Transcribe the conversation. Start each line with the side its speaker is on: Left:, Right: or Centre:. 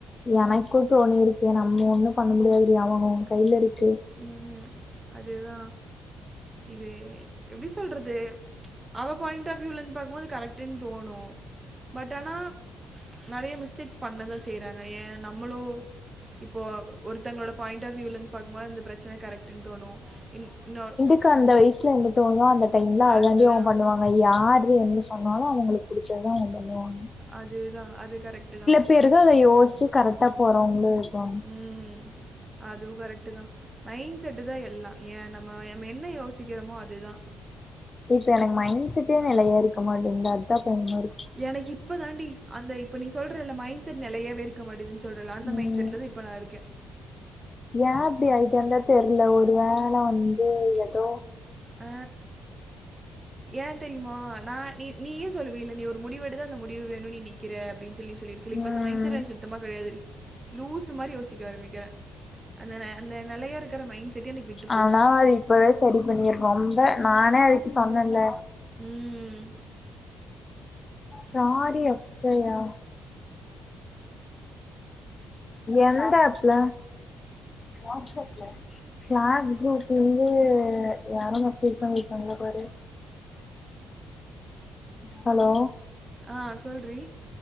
Left: எனக்கு தோணிருக்கு நம்ப ஒண்ணு பண்ண முடியாதுடி அவ அவு கையில இருக்கு
Right: ம் அதேதா இது எப்டி சொல்றது அவ பாயிண்ட் ஆஃப்யூல இந்து பாக்குபோது கரெக்டு தோணு பட் ஆனா நெறைய மிஸ்டேக்ஸ் பண்ணதா செய்றாங் ஏ நம்மளு இப்போ ஒருத்தங்ளோட பாயிண்ட் ஆஃப் வியூல இருந்து பாக்கும்போது அந்த பிரச்சன கரெக்ட் ட்டுன் தோனு இன் இன்னோ
Left: க்க அந்த வயசுல என்ன தோணோ அந்த டைம்ல அதாண்டி
Right: அதுதான்
Left: அவ பண்ணுவா அவ யாரு என்ன சொன்னாலு அவுங்குளுக்கு குடிச்சததா அவுங்க பண்ணுவாங்க
Right: அதேதா அது கரெக்ட்டுதா
Left: இப்ப இருகு அத யோஸ்ச்சி கரெட்டா போறவங்களு இருப்பாங்
Right: ம் அதுவு கரெக்ட்டுதா மைண் செட்டுதா எல்லா ஏ நம்ம நம் என்ன யோசிக்கிறோமோ அதுதா
Left: இப்ப எனக் மைண்ட் செட்டே நெலையா இருக்க மாட்டேங்து அதா பயமாருக்கு
Right: எனக்கு இப்ப தாண்டி அந்த இப்ப நீ சொல்றல மைண்ட் செட் நெலையாவே இருக்க மாட்டிது சொல்றல அந்த
Left: ம்
Right: மைண்ட் செட்லதா இப் இப்ப நா இருக்கே
Left: ஏ இப்டி அயின்டந்தா தெர்ல ஒரு வேல வந்து ஏதோ
Right: ஆ ஏ தெரியுமா நா நீ நீயே சொல்லுவீல நீ ஒரு முடிவு எடுத்து அந்த முடிவு வேணுனு நீ நிக்கிற அப்டின்னு சொல்லி தோழி இருருக்கில
Left: ம்
Right: அந்த மைண்ட் செட் எனக் சுத்தமா கெடையாது டி லூசு மாரி யோசிக்க ஆரம்பிக்கிறே அந்த அந்த நெலய இருக்கிற மைண்ட செட்டே எனக்கு விட்
Left: ஆனா அது இப்பவே சரி பண்ணிர் ரொம்ப நானே அதுக்கு சொன்னேன்ல
Right: ம்
Left: சாரி அக்சயா எந்த ஆப்ல வட்ஸ்சப்ல க்ளாஸ் குரூப்ல இருந்து யாரு மேசேஜ் பன்னிருக்காங்களா பாரு ஹலோ
Right: ஆ சொல்றி